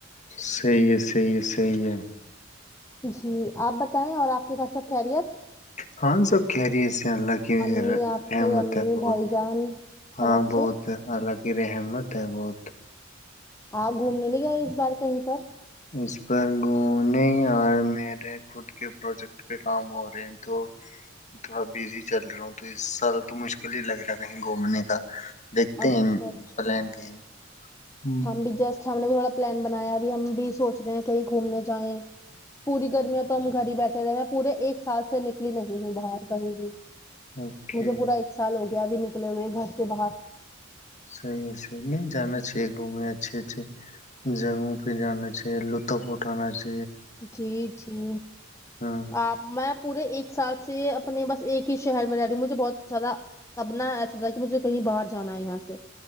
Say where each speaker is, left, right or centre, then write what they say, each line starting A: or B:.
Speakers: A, on the left; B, on the left.
A: صی ہے صی ہے صی ہے
B: جی آپ بتائیں اور آپ کی گ سب خریت
A: ہاں سب کہہ رہی اس سے اللہ کی
B: امی آپ
A: رحمت
B: کے امی
A: ہے بہت
B: بھائی جان
A: ہاں
B: سب اچھے
A: بہت اللہ کی رحمت ہے بہت
B: آپ گھومنے نہیں گئے اس بار کہیں پر
A: اس پر گھومنے ار میرے خود کے پروجیکٹ پہ کام ہو رہے ہیں تو تھوڑا بزی چل رہا ہوں تو اس سال تو مشکل ہی لگ رہا ہے کہیں گھومنے کا دیکھتے
B: اچھا
A: ہیں
B: اچھا
A: پلان کہیں ہوں
B: ہم بھی ج ہم نے بھی تھوڑا پلان بنایا بھی ہم بھی سوچ رہے ہیں کہیں گھومنے جائیں پوری گرمیاں تو ہم گھر ہی بیٹھے رہے میں پورے ایک سال سے نکلی نہیں ہوں باہر کہیں بھی
A: اوکے
B: مجھے پورا ایک سال ہو گیا ابھی نک نکلے ہوئے گھر سے باہر
A: صحیح ہے صحی نہیں جانا چاہیے گھومنے اچھے اچھے جگہوں پہ جانا چاہی لطف اٹانا چاہ
B: جی جی
A: ہاں
B: آپ میں پورے ایک سال سے اپنے بس ایک ہی شہر میں رہ رہی ہوں مجھے بہت زیادہ ابنا ایسا ہو کہ مجھے کہیں باہر جانا ہے یہاں سے